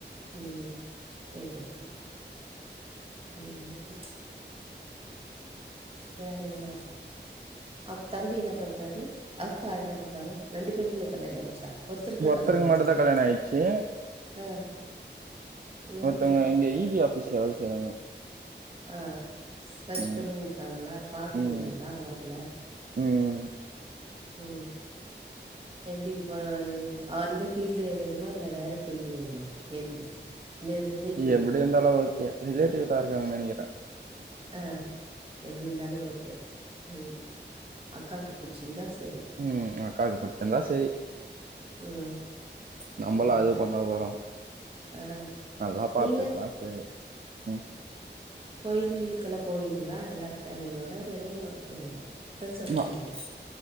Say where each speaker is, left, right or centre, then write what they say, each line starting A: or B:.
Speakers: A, on the right (about 30°); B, on the right (about 50°).
A: ம் போயிட்டு இருக்குது ம் வேற என்ன அ தம்பி என்ன பண்றது அக்கா என்ன பண்றாங்க ரெண்டு பேருக்குமே கல்யாண ஆயிடுச்சா ஒருத்தருக்கா
B: ஒருத்தருக்கு
A: கல்யாண ஆயிடுச்சா
B: மட்டு தா
A: நீங்க
B: கல்யாண ஆயிடுச்சு
A: ஆ இன்னொருத்தரு
B: ஒருத்தவுங்க இங்க இபி ஆபிஸ்ல வேல செய்றாங்க
A: ஆ சர்ச்
B: ம்
A: பண்ணினுக்கிறாங்களா பாத்துன்னுக்கிறீங்களா
B: ம்
A: மாப்பிள
B: ம்
A: ம் எப்டி இப்போ அந்த ஃபீல்டே வேணுமா இல்ல வேற ஃபீல்டு வேணுமா தேடின்னுக்குது இல்ல ரிலேட்டிவ்
B: எப்டி
A: இருக்கிறாங்களா
B: இருந்தாலு ஓகே ரிலேட்டிவ் தா இருக்காங்கன்னு நினைக்கிறே
A: ஆ எப்டி இருந்தாலே ஓகே ம் அக்காக்கு புடிச்சிருந்தா செ
B: ம் அக்காக்கு புடிச்சிருந்தா சேரி
A: ம்
B: நம்பலா
A: ம்ஹூம்
B: அது பண்ண போறோ
A: ஆ
B: நல்லா பாத்துக்குனா
A: நீங்க
B: சேரி ம்
A: கோயிலுகிலுக்கெல்லா போவீங்ளா எல்லாரு ஃபேமிலியோட இல்ல நீங்க மட்டு போவீங்களா ஃப்ரெண்ட்ஸோட
B: நா
A: போவீங்களா